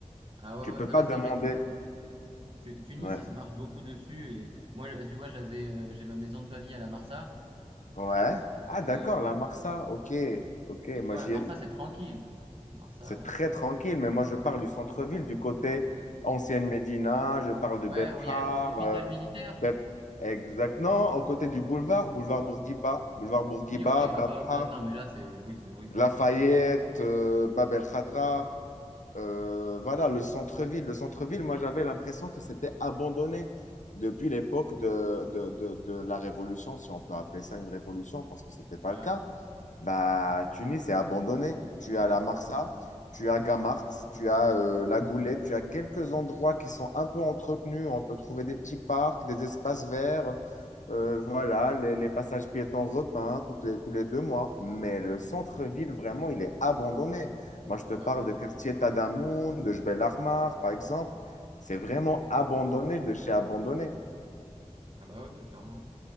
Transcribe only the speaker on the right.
Ah ouais,
ouais. Non,
mais
c'est vrai que Tu- Tunis,
ils se marchent beaucoup dessus. Et moi, tu vois, j'avais, euh, j'ai ma maison de famille à la Marsa.
Et,
et, euh,
mais tu
vois,
la Marsa,
c'est tranquille. La Marsa,
ouais, où il y a l'hôpital
militaire.
Oui, ok.
Ah bah euh, non, mais là, c'est oui, c'est horrible.
<laughs> Ouais.
Ah
bah ouais.
Mm.
Ah bah oui, clairement.